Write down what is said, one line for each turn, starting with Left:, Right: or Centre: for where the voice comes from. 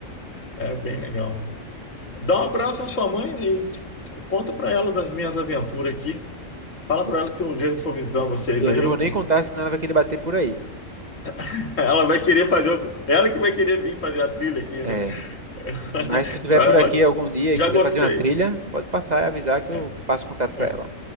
Left: É bem legal. Dá um abraço à sua mãe e conta para ela das minhas aventuras aqui. Fala
Right: Vou
Left: para
Right: con-
Left: ela que um dia que eu for visitar vocês
Right: eu
Left: aí,
Right: não
Left: eu
Right: vou
Left: vou.
Right: nem contar, senão ela vai querer bater por aí.
Left: <laughs> Ela vai querer fazer. o- Ela que vai querer vir fazer a trilha aqui,
Right: É,
Left: né? <laughs>
Right: mas se tu estiver
Left: Então ela.
Right: por aqui algum dia
Left: Já
Right: e quiser
Left: gostei.
Right: fazer uma trilha, pode passar e avisar que
Left: É,
Right: eu passo contato para
Left: é,
Right: ela.